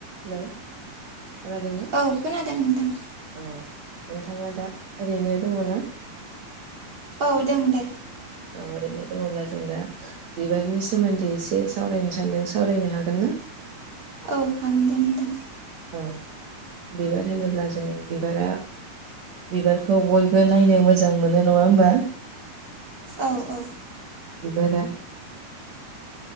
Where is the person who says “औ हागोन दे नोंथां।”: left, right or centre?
Right